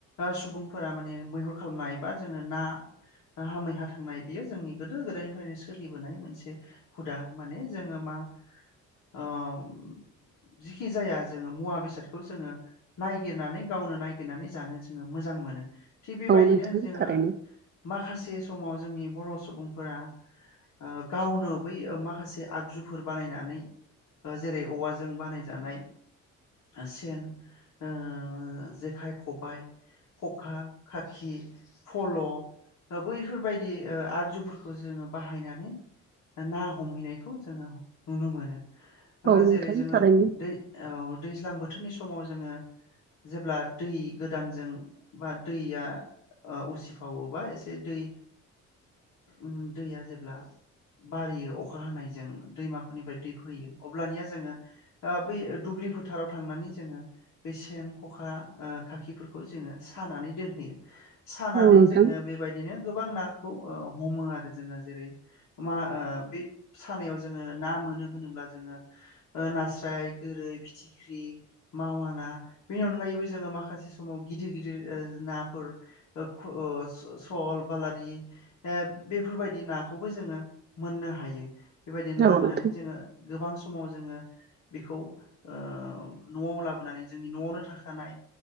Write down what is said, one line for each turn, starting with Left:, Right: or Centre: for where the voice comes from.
Left: ओ सुबुंफोरा माने मैहुर खालामनाय बा जोङो ना नाहा मैहा थांनाय बियो जोंनि गोदो गोदायनिफ्रायनो सोलिबोनाय मोनसे हुदा माने जोङो मा अम जिखि जाया जोङो मुवा बेसादखौ जोङो। नायगिरनानै गावनो नायगिरनानै जानो जोङो मोजां मोनो। थिग बेबायदिनो
Right: औ नोंथां
Left: जोङो
Right: थारैनो
Left: माखासे समाव जोंनि बर' सुबुंफोरा ओ गावनो बै माखासे आगजुफोर बानायनानै ओ जेरै औवाजों बानाय जानाय सेन ओ जेखाइ, खबाय ख'खा, खाखि, फल' बैफोरबायदि ओ आगजुफोरखौ जोङो बाहायनानै ना हमहैनायखौ जोङो नुनो मोनो। ओ
Right: औ
Left: जेरै
Right: नोंथां
Left: जोङो
Right: थारैनो
Left: दै औ दैज्लां बोथोरनि समाव जोङो जेब्ला दै गोदानजों मा दैया ओ उसिफावोबा एसे दै उम दैया जेब्ला बारियो अखा हानायजों दैमाफोरनिफ्राय दै फोयो। अब्लानिया जोङो ओ बै दुब्लि फोथाराव थांनानै जोङो बे सेन खखा ओ खाखिफोरखौ जोङो सानानै दोनहैयो। सानानै
Right: औ नोंथां
Left: जोङो बेबायदिनो गोबां नाखौ ओ हमो आरो जोङो। जेरै मा ओ बे सानायाव जोङो ना मोनो होनोब्ला जोङो। ओ नास्राय, गोरै, फिथिख्रि मावा ना बेनि अनगायैबो जोङो माखासे समाव गिदिर गिदिर ओ नाफोर ओ खु ओ सल, बालारि <unintelligible> बेफोरबायदि नाखौबो जोङो मोननो हायो। बेबायदिनो लाबोनानै
Right: औ नोंथां
Left: जोङो गोबां समाव जोङो। बेखौ ओ न'आव लाबोनानै जोंनि न'आवनो थाखानाय